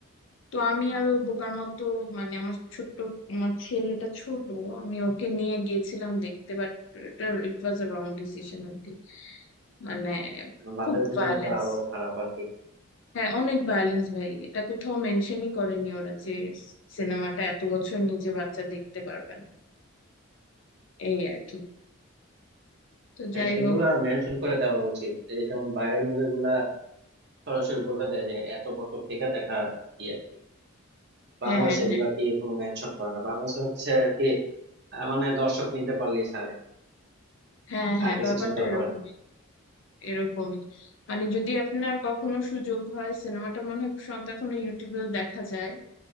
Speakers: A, on the left; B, on the right.
A: তো আমি আরো বোকার মতো মানে আমার ছোট্ট আমার ছেলেটা ছোট আমি ওকে নিয়ে গিয়েছিলাম দেখতে বাট এটা ইট ওয়াজ আ রং ডিসিশন আর কি মানে
B: বাচ্চাদের
A: খুব ভায়োলেন্স
B: জন্য তো আরো খারাপ আর কি
A: হ্যাঁ অনেক ভায়োলেন্স ভাই এটা কোথাও মেনশনই করেনি ওরা যে সিনেমাটা এত বছর নিচে বাচ্চা দেখতে পারবে না এই আর কি তো
B: হ্যাঁ,
A: যাই
B: এগুলা
A: হোক
B: মেনশন করে দেওয়া উচিত এই যেমন বাইরের মুভিগুলা সরাসরি বলে দেয় যে এত বছর থেকে দেখা ইয়ে বাংলাদেশে
A: হ্যাঁ
B: এগুলা কি কোনো মেনশন করে না বাংলাদেশে হচ্ছে আর কি আহ, মানে দর্শক নিতে পারলেই ছাড়ে
A: হ্যাঁ হ্যাঁ
B: আর কিছু
A: ব্যাপারটা
B: চিন্তা
A: এরকমই
B: করেন
A: এরকমই মানে যদি আপনার কখনো সুযোগ হয় সিনেমাটা মনে হয় সম্ভবত এখনো ইউটিউবেও দেখা যায়